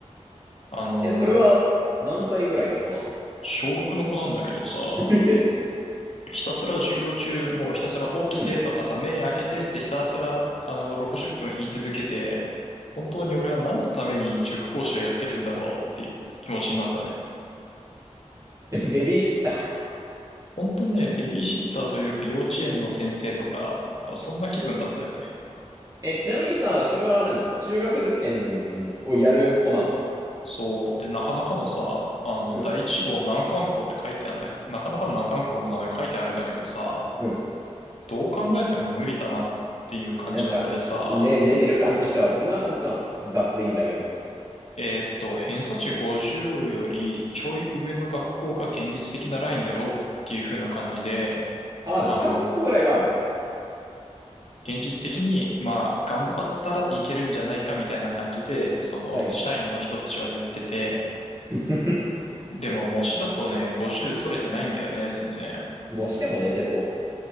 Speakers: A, on the left (about 65°); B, on the right (about 30°).
A: あの、
B: え、それは、何歳ぐらいの子なの
A: 小6の子なんだけどさ、
B: <laughs>
A: ひたすら授業中、もうひたすら起きてとかさ、
B: うん。
A: 目開けてってひたすら、あの、60分言い続けて、本当に俺は何のために塾講師をやってるんだろうっていう気持ちになったね。
B: ベビーシッター
A: 本当ね、ベビーシッターというか幼稚園の先生とか、あそんな気分だったよね。
B: え、ちなみにさ、それは何中学受験をやる子なの
A: そう。で、なかなかのさ、あの、
B: うん、
A: 第一志望難関校って書いてあるんだ、なかなかの難関校の名前書いてあるんだけどさ、
B: うん。
A: どう考えても無理だなっていう感じの子でさ、
B: なんか、レ、レベル感としてはどんな感じなの雑でいいんだけど。
A: えーっと、偏差値50よりちょい上の学校が現実的なラインだろうっていう風な感じで、
B: あ、まあでもちゃんとそこぐらいはあるんだ。
A: あの、現実的に、まあ、頑張ったらいけるんじゃないかみたいな感じで、その、
B: はいはい。
A: 社員の人たちは言ってて、
B: <laughs>
A: でも、模試だとね、50取れてないんだよね、全然。
B: 模試でも寝てそ